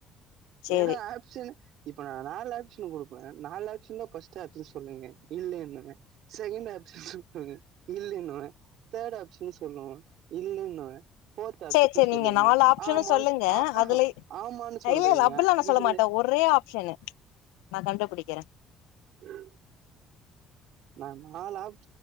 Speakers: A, on the left (about 85°); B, on the right (about 70°).
A: சேரி
B: ஏன்னா ஆப்ஷன் இப்ப நா நாலு ஆப்ஷன் கொடுப்பே நாலு ஆப்ஷன் தா பர்ஸ்ட் ஆப்ஷன் சொல்லுங்க இதுலயு தான செகண்ட் ஆப்ஷன் சொல்லுங்க இல்லை தான தேர்ட் அப்ஷன் சொல்லு இல்லீன ஃபோர்த் ஆப்சன்
A: சேரி சேரி
B: சொல்லுவீங்க
A: நீங்க நாலு ஆப்ஷனு
B: ஆமான்
A: சொல்லுங்க
B: ஆ
A: அதுல
B: ஆஹா ஆமானு சொல்
A: இல்ல
B: வீங்க
A: இல்ல அப்டில்லா நா சொல்ல
B: இதுலே
A: மாட்டே ஒரே ஆப்ஷனு நா கண்டுபிடிக்கிறே
B: <inaudible> நா நாலு ஆப்